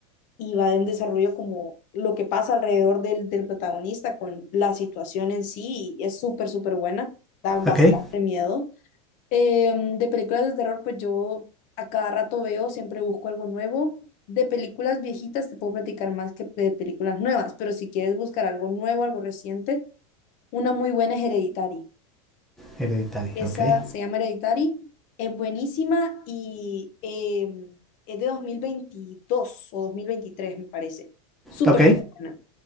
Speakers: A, on the left; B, in the centre.
A: y va en desarrollo como lo que pasa alrededor del, del protagonista con la situación en sí y es súper, súper buena, da bastante
B: Ok.
A: miedo. Eh, de películas de terror, pues yo a cada rato veo, siempre busco algo nuevo. De películas viejitas te puedo platicar más que de películas nuevas, pero si quieres buscar algo nuevo, algo reciente, una muy buena es Hereditary.
B: Hereditario.
A: Esa
B: Ok.
A: se llama Hereditary, es buenísima y eh, es de 2022 o dos mil veintitrés me parece. Súper,
B: Ok.
A: súper buena.